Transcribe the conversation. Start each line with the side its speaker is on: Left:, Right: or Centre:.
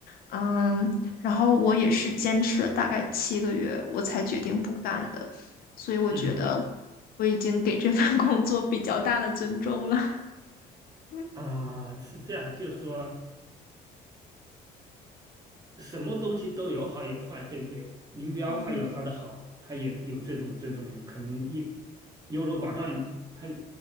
Left: 嗯，然后我也是坚持了大概七个月，我才决定不干的，所以我觉得
Right: 嗯
Left: 我已经给这份 <laughs> 工作比较大的尊重了。<laughs>
Right: 啊，是这样，就说。什么东西都有好有坏，对不对？林彪他有他的好，
Left: 嗯
Right: 他也有这种这种可能优优柔寡断，他